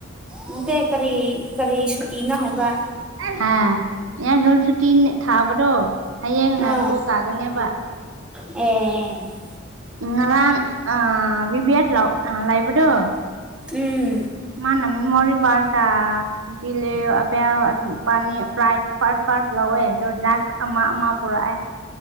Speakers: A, in the centre; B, on the right (about 75°).
A: ꯅꯠꯇꯦ ꯀꯔꯤ ꯀꯔꯤ ꯁꯨꯇꯤꯅꯣ ꯍꯥꯏꯕ
B: ꯍꯥ ꯌꯥꯟ ꯁꯣꯟ ꯁꯨꯇꯤ ꯊꯥꯕꯗꯣ ꯍꯌꯦꯡꯅ
A: ꯑꯥ
B: ꯀꯣꯛ ꯀꯥꯒꯅꯦꯕ
A: ꯑꯦ
B: ꯉꯂꯥꯡ ꯑ ꯕꯤꯕꯤ ꯑ ꯂꯥꯎ ꯂꯥꯏꯕꯗꯣ
A: ꯎꯝ
B: ꯃꯥꯅꯃꯤ ꯃꯣꯔꯤꯔꯤꯕꯗꯂ <unintelligible> <unintelligible> ꯄꯥꯅꯤ ꯄ꯭ꯔꯥꯏꯖ ꯐꯥꯔꯁ ꯐꯥꯔꯁ ꯂꯧꯋꯦ ꯑꯗꯣ ꯗ꯭ꯔꯥꯛ ꯑꯃ ꯑꯃ ꯄꯨꯔꯛꯑꯦ